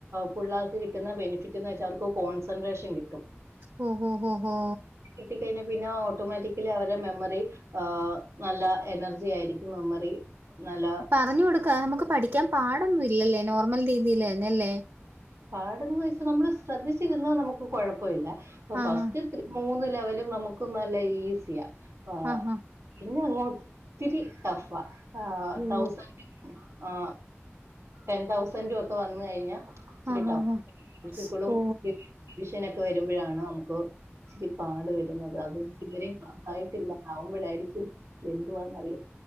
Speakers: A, on the right; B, on the right.
A: പിള്ളേർക്ക് കിട്ടുന്ന ബെനിഫിറ്റ് എന്ന് വെച്ച അവർക്ക് കോൺസൻട്രേഷൻ കിട്ടും
B: ഒ ഓ ഹോ
A: കിട്ട കഴിഞ്ഞ പിന്നെ ഓട്ടോമാറ്റിക്കലി അവരെ മെമ്മറി ആഹ് നല്ല എനർജി ആയിരിക്കും മെമ്മറി നല്ല
B: പറഞ്ഞു കൊടുക്കാ നമക്ക് പഠിക്കാൻ പാടൊന്നും ഇല്ലല്ലേ നോർമൽ രീതിയിൽന്ന അല്ലേ
A: പാടന്ന് വെച്ചാ നമ്മള് ശ്രദ്ധിച്ചിരുന്ന നമുക്ക് കുഴപ്പഇല്ല
B: ആ
A: ഫസ്റ്റ്
B: ആ
A: മൂന്ന് ലെവലും നമക്ക നല്ല ഈസിയാ പാ
B: ആ ആ
A: പിന്നെ അങ്ങോ ഒത്തിരി ടഫാ
B: ഓ
A: തൗസ ആ ടെൻ തൗസന്റും ഒക്കെ വന്ന് കഴിഞ്ഞാ ഇച്ചരിട്ട
B: ആ ആ ആ
A: എനക്കിപ്പളും
B: ഓ
A: വിഷനോക്കെ വരുമ്പോഴാണ് നമുക്ക് ഇച്ചരി പാട് വ അത് ഇവരും സഹായിട്ടില്ല ആവുമ്പോഴായിരിക്കും എന്തുവാന്ന് അറിയ